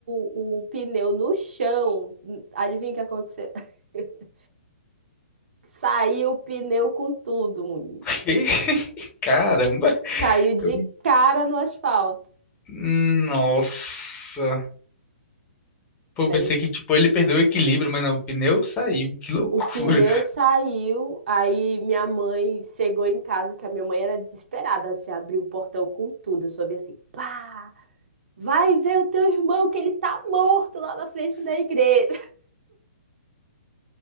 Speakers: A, on the right; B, on the left.
A: o, o pneu no chão, adivinha o que aconteceu? <laughs> Saiu o pneu com tudo, menino.
B: Que? <laughs> Caramba.
A: Caiu de
B: Eu-
A: cara no asfalto.
B: Nossa. Pô,
A: Daí
B: pensei que tipo ele perdeu o equilíbrio, mas não, o pneu saiu. Que loucura.
A: o pneu saiu, aí minha mãe chegou em casa, que a minha mãe era desesperada, assim, abriu o portão com tudo. Eu só vi assim, pá, vai ver o teu irmão que ele tá morto lá na frente da igreja. <laughs>